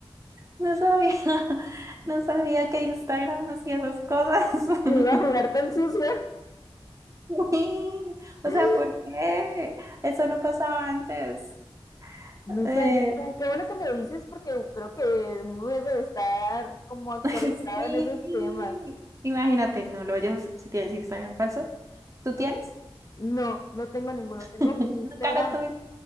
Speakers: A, on the right; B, on the left.
A: No sabía, <laughs> no sabía que Instagram hacía esas cosas.
B: me
A: <laughs>
B: iba a jugar tan sucio.
A: Sí, O
B: <laughs>
A: sea, ¿por qué? Eso no pasaba antes.
B: No
A: Eh,
B: sabía. Qué bueno que me dices porque creo que uno debe de estar como actualizado
A: <laughs> sí.
B: en esos temas.
A: Imagínate, no lo oyes si tienes Instagram falso. ¿Tú tienes?
B: No, no tengo ninguno. Tengo
A: <laughs>
B: mi
A: Nunca
B: Instagram,
A: lo tuve.